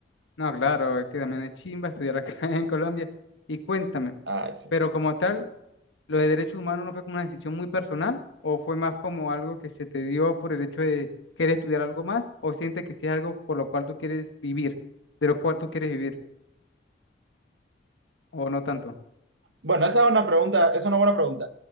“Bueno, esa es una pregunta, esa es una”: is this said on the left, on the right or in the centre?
Right